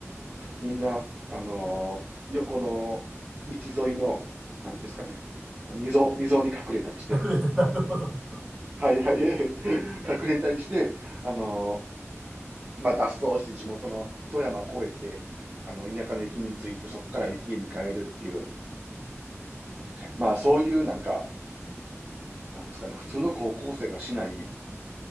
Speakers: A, on the right; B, in the centre.
A: みんな、あの、横の道沿いの、なんですかね、溝、溝に隠れたりして、
B: ら。隠れて、なるほど。
A: はいはい、<laughs> 隠れたりして、あの、まあ、脱走して地元の一山越えて、あの、田舎の駅に着いて、そこから家に帰るっていう、まあ、そういうなんか、なんですかね、普通の高校生がしない、